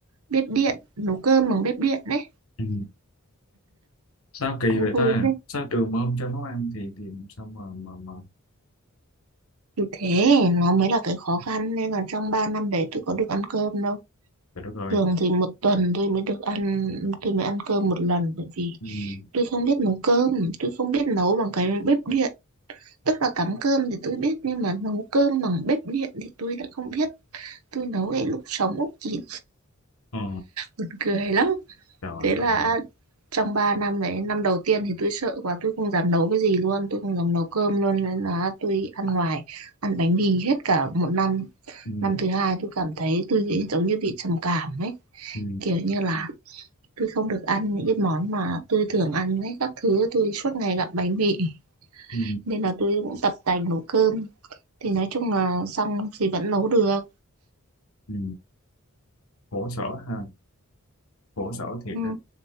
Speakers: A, on the right; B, on the left.
A: bếp điện nấu cơm bằng bếp điện đấy
B: Ừ. Sao kỳ
A: cũng
B: vậy
A: vui
B: ta?
A: phết
B: Sao trường mà không cho nấu ăn thì thì sao mà mà mà
A: thì thế nó mới là cái khó khăn nên là trong 3 năm đấy tôi có được ăn cơm đâu
B: trời đất ơi.
A: thường thì một tuần tôi mới được ăn tôi mới ăn cơm một lần bởi vì
B: Ừ.
A: tôi không biết nấu cơm tôi không biết nấu bằng cái bếp điện tức là cắm cơm thì tôi biết nhưng mà nấu cơm bằng bếp điện thì tôi lại không biết tôi nấu để lúc sống Úc chỉ
B: Ờ.
A: buồn cười lắm
B: Trời
A: Thế là
B: ơi.
A: trong 3 năm đấy, năm đầu tiên thì tôi sợ quá, tôi không dám nấu cái gì luôn, tôi không dám nấu cơm luôn, nên là tôi ăn ngoài, ăn bánh mì hết cả một năm.
B: Ừ.
A: Năm thứ hai tôi cảm thấy tôi bị- giống như bị trầm cảm ấy,
B: Ừ.
A: kiểu như là tôi không được ăn những cái món mà tôi thường ăn ấy, các thứ tôi suốt ngày gặm bánh mì,
B: Ừ.
A: nên là tôi cũng tập tành nấu cơm. Thì nói chung là xong thì vẫn nấu được.
B: Ừ. Khổ sở ha, khổ sở thiệt
A: Ừ.
B: đó.